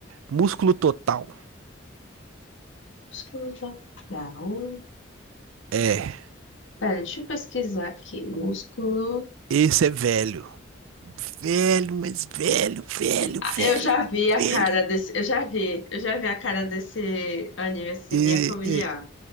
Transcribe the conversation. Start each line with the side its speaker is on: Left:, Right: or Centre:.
Right: Músculo Total.
Left: Músculo total.
Right: É.
Left: Pera, deixa eu pesquisar aqui. Músculo.
Right: Esse é velho. Velho, mas velho, velho,
Left: Ah,
Right: velho,
Left: Eu já vi a
Right: velho.
Left: cara desse. Eu já vi. Eu já vi a cara desse anime assim,
Right: E-
Left: me é familiar.
Right: e-